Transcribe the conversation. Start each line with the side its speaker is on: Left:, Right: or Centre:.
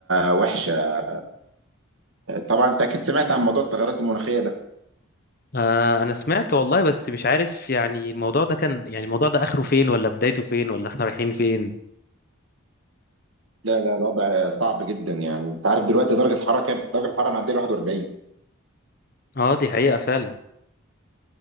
Right: وحشة طبعا انت اكيد سمعت عن موضوع التغيرات المناخية ده
Left: اه انا سمعت والله بس مش عارف يعني الموضوع ده كان يعني الموضوع ده اخره فين ولا بدايته فين ولا احنا رايحين فين
Right: لا لا الوضع صعب جدا يعني انت عارف دلوقتي درجة الحرارة كام؟ درجة الحرارة معدية 41
Left: اه دي حقيقه فعلا